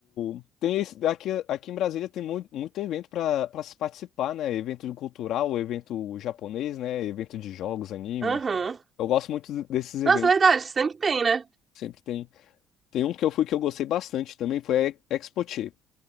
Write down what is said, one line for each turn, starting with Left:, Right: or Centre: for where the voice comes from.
Left: o... tem esse... aqui, aqui em Brasília tem muito, muito evento para para se participar, né? Evento cultural, evento japonês, né? Evento de jogos, animes.
Right: Aham.
Left: Eu gosto muito desses eventos.
Right: Nossa, é verdade, sempre tem, né?
Left: Sempre tem. Tem um que eu fui que eu gostei bastante também, foi a Expoche.